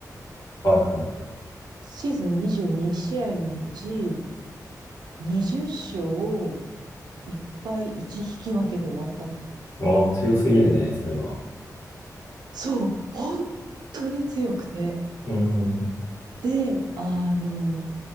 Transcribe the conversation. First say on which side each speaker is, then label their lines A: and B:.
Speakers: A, on the left; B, on the right.
A: はいはいはい。
B: シーズン22試合のうち、20勝を1敗1引き分けで終わったの。
A: ああ、強すぎるね、それは。
B: そう、本当に強くて。
A: うん。うん
B: で、あの、